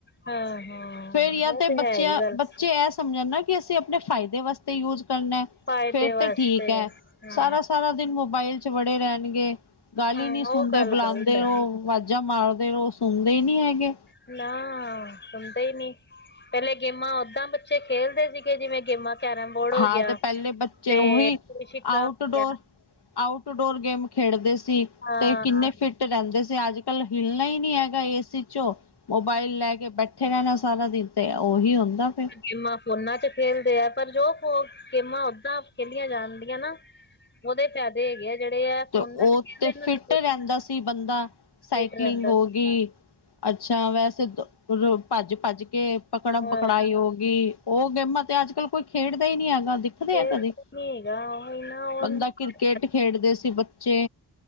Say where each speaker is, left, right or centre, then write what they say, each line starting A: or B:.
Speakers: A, on the left (about 25°); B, on the left (about 70°).
A: ਹਾਂ-ਹਾਂ
B: ਫਿਰ ਜਾਂ
A: ਇਹ
B: ਤੇ ਬੱਚਿਆਂ
A: ਹੈ ਹੀ ਗੱਲ
B: ਬੱਚੇ ਐ ਸਮਝਣ ਨਾ ਕਿ ਅਸੀਂ ਆਪਣੇ ਫਾਇਦੇ ਵਾਸਤੇ ਯੂਜ ਕਰਨਾ।
A: ਫਾਇਦੇ
B: ਫਿਰ
A: ਵਾਸਤੇ
B: ਤੇ ਠੀਕ ਐ
A: ਆ
B: ਸਾਰਾ-ਸਾਰਾ ਦਿਨ ਮੋਬਾਈਲ 'ਚ ਵੜੇ ਰੈਂਣਗੇ। ਗੱਲ
A: ਹਾਂ-ਹਾਂ
B: ਈ ਨੀ ਸੁਣਦੇ
A: ਉਹ ਗੱਲ
B: ਬੁਲਾਉਂਦੇ
A: ਗ਼ਲਤ ਹੈ
B: ਰਓ ਵਾਜਾਂ ਮਾਰਦੇ ਰਓ ਸੁਣਦੇ ਈ ਨੀ ਹੈਗੇ।
A: ਨਾ ਸੁਣਦੇ ਈ ਨੀ। ਪੈਲੇ ਗੇਮਾਂ ਓਦਾਂ ਬੱਚੇ ਖੇਲਦੇ ਸੀਗੇ ਜਿਵੇਂ ਗੇਮਾਂ ਕੈਰਮ ਬੋਰਡ ਹੋ
B: ਹਾਂ
A: ਗਿਆ
B: ਤੇ ਪਹਿਲੇ ਬੱਚੇ
A: ਤੇ
B: ਉਹੀ
A: <unintelligible> ਸ਼ਿੱਕਾ
B: ਆਊਟਡੋਰ
A: ਹੋ ਗਿਆ।
B: ਆਊਟਡੋਰ ਗੇਮ ਖੇਡਦੇ ਸੀ
A: ਹਾਂ-ਹਾਂ
B: ਤੇ ਕਿੰਨੇ ਫਿਟ ਟ ਰੈਂਦੇ ਸੀ ਅੱਜ ਕੱਲ ਹਿਲਣਾ ਈ ਨੀ ਹੈਗਾ ਏ ਸੀ 'ਚੋਂ ਮੋਬਾਇਲ ਲੈ ਕੇ ਬੈਠੇ ਠੇ ਰੈਂਣਾ ਸਾਰਾ ਦਿਨ ਤੇ ਉਹੀ ਹੁੰਦਾ ਫਿਰ
A: ਗੇਮਾਂ ਫੋਨਾਂ 'ਚ ਖੇਲਦੇ ਆ ਪਰ ਜੋ ਫੋ ਗੇਮਾਂ ਓਦਾਂ ਖੇਲੀਆਂ ਜਾਂਦੀਆਂ ਨਾ। ਉਦੇ ਫੈਦੇ ਹੈਗੇ ਆ। ਜਿਹੜੇ ਆ
B: ਤੇ
A: ਫੋਨਾਂ
B: ਓ
A: ਚ ਖੇਲਦੇ
B: ਤੇ
A: ਇਹਨਾਂ
B: ਫਿਟ
A: ਦਾ ਕੋਈ
B: ਰੈਂਦਾ ਸੀ ਬੰਦਾ ਸਾਈਕਲਿੰਗ
A: ਫਿਟ ਰਹਿੰਦਾ
B: ਹੋ ਗਈ। ਅੱਛਾ ਵੈਸੇ <unintelligible> ਭੱਜ ਭੱਜ ਕੇ ਪਕੜਮ
A: ਹਾਂ
B: ਪਕੜਾਈ ਹੋ ਗੀ। ਓ ਗੇਮਾਂ ਤੇ ਅੱਜ ਕੱਲ ਕੋਈ ਖੇਡਦਾ ਈ ਨੀ ਹੈਗਾ ਦਿ ਆ
A: ਫੇਰ
B: ਕਦੀ
A: ਨੀ ਹੈਗਾ ਉਹੀ ਨਾ ਉਹਨੂੰ
B: ਬੰਦਾ ਕ੍ਰਿਕਟ ਖੇਡਦੇ ਸੀ ਬੱਚੇ